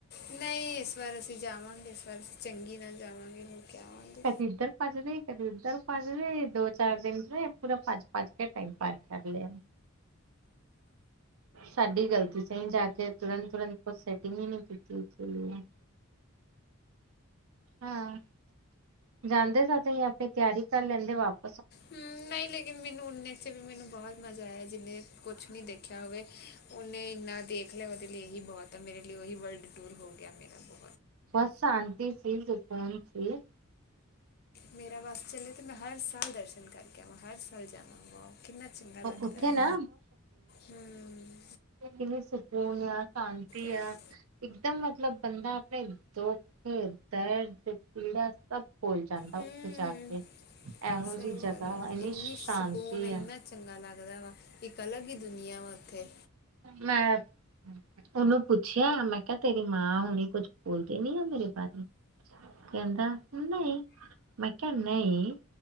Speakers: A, on the left (about 50°); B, on the right (about 75°).
A: ਨਈ ਇਸ ਵਾਰ ਅਸੀਂ ਜਾਵਾਂਗੇ ਇਸ ਵਾਰ ਅਸੀਂ ਚੰਗੀ ਨਾਲ ਜਾਵਾਂਗੇ ਹੋਕੇ ਆਵਾਂਗੇ।
B: ਕਦੀ ਇੱਧਰ ਭੱਜਦੇ ਕਦੇ ਉੱਧਰ ਭੱਜਦੇ ਦੋ-ਚਾਰ ਦਿਨ 'ਚ ਪੂਰਾ ਭੱਜ-ਭੱਜ। ਦਾ ਟਾਈਮ ਪਾਸ ਕਰ ਲਿਆ। ਸਾਡੀ ਗਲਤੀ ਸੀ ਜਾ ਕੇ ਤੁਰੰਤ-ਤੁਰੰਤ ਕੁਛ ਸੈਟਿੰਗ ਈ ਨੀ ਕੀਤੀ ਸਈ ਏ। ਹਾਂ ਜਾਂਦੇ ਸਾ ਤਈ ਆਪੇ ਤਿਆਰੀ ਕਰ ਲੈਂਦੇ ਵਾਪ
A: ਹੂੰ ਲਏ ਲੇਕਿਨ ਮੈਨੂੰ ਉਨੇ 'ਚ ਵੀ ਮੈਨੂੰ ਬਹੁਤ ਮਜ਼ਾ ਆਇਆ ਜਿਨੇ ਕੁਛ ਵੀ ਦੇਖਿਆ ਹੋਵੇ। ਉਹਨੇ ਇੰਨਾ ਦੇਖ ਲਿਆ ਉਹਦੇ ਲਈ ਇਹੀ ਬਹੁਤ ਆ ਮੇਰੇ ਲਈ ਉਹੀ ਵਰਲਡ ਟੂਰ ਹੋ ਹੋ ਗਿਆ ਮੇਰਾ ਤਾਂ
B: ਬਸ ਸ਼ਾਂਤੀ ਸੀ, ਸਕੂਨ ਸੀ।
A: ਮੇਰਾ ਬਸ ਚੱਲੇ ਤੇ ਮੈਂ ਹਰ ਸਾਲ ਦਰਸ਼ਨ ਕਰਕੇ ਆਵਾਂ, ਹਰ ਸਾਲ ਜਾਵਾਂ। ਕਿੰਨਾ ਚੰਗਾ ਲੱਗਦਾ
B: ਉੱਥੇ
A: ਆ,
B: ਨਾ
A: ‌‌ ਹੂੰ।
B: ਕਿਵੇਂ ਸਕੂਨ ਆ, ਸ਼ਾਂਤੀ
A: ਆਵਾਂ
B: ਆ। ਇਕਦਮ ਮਤਲਬ ਬੰਦਾ ਆਪਣੇ ਦੁੱਖ, ਦਰਦ, ਪੀੜਾ ਸਭ ਭੁਲ ਜਾਂਦਾ
A: ਹਮ
B: ਉੱਥੇ ਜਾ ਕੇ ਇਹੋ
A: ਸਹੀ
B: ਜਿਹੀ ਜਗ੍ਹਾ
A: ਗੱਲ ਆ
B: ਇੰਨੀ ਸ਼ਾਂਤੀ
A: ਸਕੂਨ ਇੰਨਾ
B: ਆ।
A: ਚੰਗਾ ਲੱਗਦਾ ਵਾ ਇੱਕ ਅਲੱਗ ਹੀ ਦੁਨੀਆ ਵਾ ਉੱਥੇ
B: ਮੈਪ ਉਹਨੂੰ ਪੁੱਛਿਆ ਮੈਂ ਕਿਹਾ ਤੇਰੀ ਮਾਂ ਹੁਣੇ ਕੁੱਝ ਬੋਲਦੇ ਨੀ ਆ ਮੇਰੇ ਬਾਰੇ ਕਹਿੰਦਾ ਨਹੀਂ ਮੈਂ ਕਿਹਾ ਨਹੀਂ